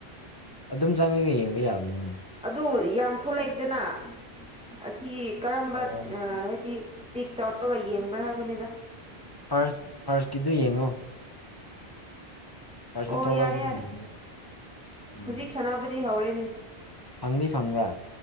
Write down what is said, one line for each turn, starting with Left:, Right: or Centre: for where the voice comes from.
Left: ꯑꯗꯨꯝ ꯆꯪꯉꯒ ꯌꯦꯡꯕ ꯌꯥꯕꯅꯤꯅꯦ
Centre: ꯑꯗꯨ ꯌꯥꯝ ꯊꯣꯛꯂꯦꯛꯗꯦꯅ ꯑꯁꯤ ꯀꯔꯝꯕ
Left: ꯑꯣ
Centre: ꯑꯥ ꯍꯥꯏꯗꯤ ꯇꯤꯛ ꯇꯧꯔꯒ ꯌꯦꯡꯕ꯭ꯔꯥ ꯍꯥꯏꯕꯅꯤꯗ
Left: ꯐꯥꯔꯁ ꯐꯥꯔꯁꯀꯤꯗꯨ ꯌꯦꯡꯉꯣ ꯐꯥꯔꯁꯇ
Centre: ꯑꯣ
Left: ꯊꯣꯛꯂꯛꯄꯗꯨ
Centre: ꯌꯥꯔꯦ ꯌꯥꯔꯦ
Left: ꯌꯦꯡꯉꯣ ꯎꯝ
Centre: ꯍꯧꯖꯤꯛ ꯁꯅꯥꯅꯕꯗꯤ ꯍꯧꯔꯦꯅꯦ
Left: ꯐꯪꯗꯤ ꯐꯪꯕ꯭ꯔꯥ